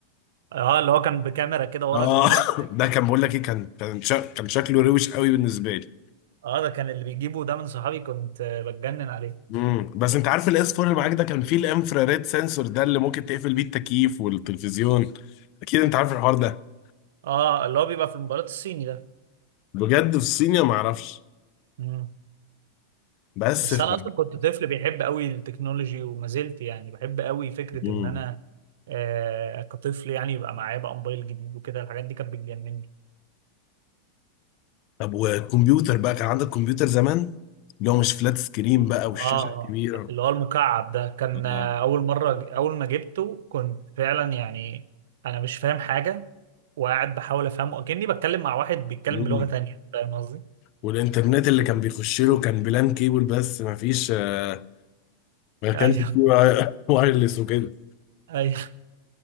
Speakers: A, on the right (about 80°); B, on the left (about 45°).
A: اه اللي هو كان بكاميرا كده ورا
B: اه
A: كبيرة
B: <laughs> ده كان بقول لك ايه كان كان شا... كان شكله روش قوي بالنسبه لي
A: اه ده كان اللي بيجيبه ده من صحابي كنت آه، بتجنن عليه
B: مم. بس انت عارف الاس 4 اللي معاك ده كان فيه الانفراريد سنسور ده اللي ممكن تقفل بيه التكييف والتلفزيون اكيد انت عارف الحوار ده
A: اه اللي هو بيبقى في الموبايلات الصيني ده
B: بجد في الصينية ما اعرفش
A: مم.
B: بس
A: بس
B: في
A: انا اصلا كنت طفل بيحب قوي التكنولوجي وما زلت يعني بحب قوي فكرة
B: مم.
A: ان انا آه كطفل يعني يبقى معايا بقى موبايل جديد وكده الحاجات دي كانت بتجنني
B: طب والكمبيوتر بقى كان عندك كمبيوتر زمان اللي هو مش فلات سكرين بقى والشاشة
A: اه
B: الكبيرة
A: اللي هو المكعب ده كان
B: آه.
A: آه، اول مرة اول ما جبته كنت فعلا يعني انا مش فاهم حاجة وقاعد بحاول افهمه اكني بتكلم مع واحد بيتكلم
B: مم.
A: بلغة تانية فاهم قصدي؟
B: والإنترنت اللي كان بيخش له كان بلان كيبل بس ما فيش آه، ما كانش
A: ايوه
B: فيه واي- <laughs> وايرلس وكده
A: ايوه